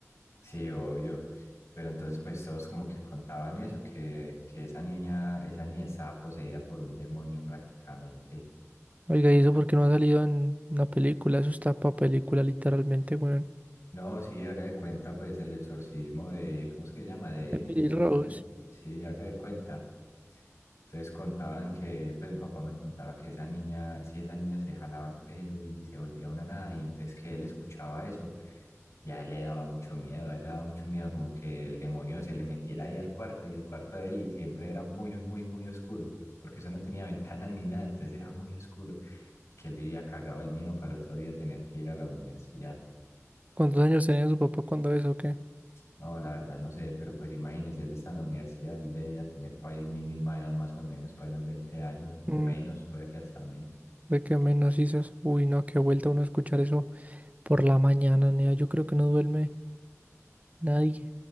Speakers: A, on the left; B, on the right.
A: Sí, obvio. Pero entonces pues todos como que contaban eso, que, que esa niña, esa niña estaba poseída por un demonio prácticamente.
B: Oiga, ¿y eso por qué no ha salido en una película? Eso está para película, literalmente, weón.
A: No, sí, haga de cuenta, pues el exorcismo de, ¿cómo es que se llama? De
B: Emily
A: Emily,
B: Rose.
A: o no me acuerdo. Sí, haga de cuenta. Entonces contaban que, pues mi papá me contaba que esa niña, sí, esa niña se jalaba el pelo y se volvía una nada, y entonces que él escuchaba eso, ya le daba mucho miedo, a él le daba mucho miedo como que el demonio se le metiera ahí al cuarto, y el cuarto de él siempre era muy, muy, muy oscuro, porque eso no tenía <laughs> ventanas ni nada, entonces era muy oscuro, y que él vivía cagado el miedo para el otro día tener que ir a la universidad.
B: ¿Cuántos años tenía su papá cuando eso o qué?
A: No, la verdad no sé, pero pues imagínese, él está en la universidad, él debería tener para mi misma edad más o menos, para unos 20 años o
B: Mm,
A: menos, puede que hasta menos.
B: Ve que menos dices, uy, no, qué vuelta uno a escuchar eso por la mañana, nea. Yo creo que no duerme nadie.